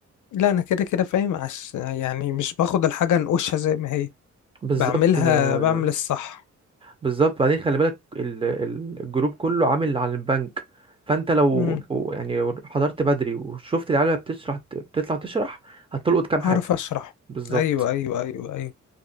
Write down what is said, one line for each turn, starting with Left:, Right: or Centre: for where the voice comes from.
Left: لا انا كده كده فاهم عش يعني مش باخد الحاجه انقشها زي ما هي
Right: بالظبط
Left: بعملها
Right: آه،
Left: بعمل الصح
Right: بالظبط بعدين خلي بالك ال- ال- الجروب كله عامل عن البنك فانت لو
Left: امم
Right: يعني حضرت بدري وشفت العيال وهي بتشرح بتطلع تشرح هتلقط كام
Left: هعرف
Right: حاجه
Left: اشرح
Right: بالظبط
Left: ايوه ايوه ايوه ايوه